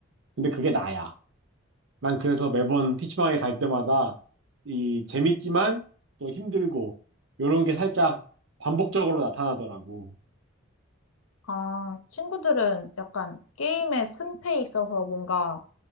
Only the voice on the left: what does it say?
아, 친구들은 약간 게임의 승패에 있어서 뭔가